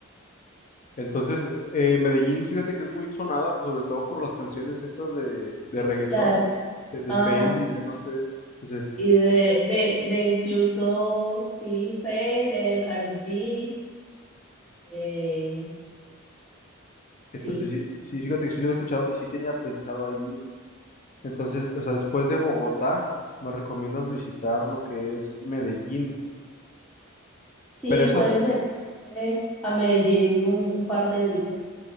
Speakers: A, on the left; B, in the centre.
A: entonces, eh, Medellín, fíjate que es muy sonada, pues sobre todo por las canciones estas de, de reggaetón,
B: Claro.
A: de, de
B: Ajá.
A: Fade y de no sé. Entonces,
B: Y de, de, de incluso, sí, Fade, eh, Karol G, eh, sí.
A: entonces sí, sí, fíjate que sí lo he escuchado y sí tenía pensado ahí. Entonces, o sea, después de Bogotá, me recomiendas visitar lo que es Medellín.
B: Sí,
A: Pero esas,
B: puedes venir eh, a Medellín un un par de días.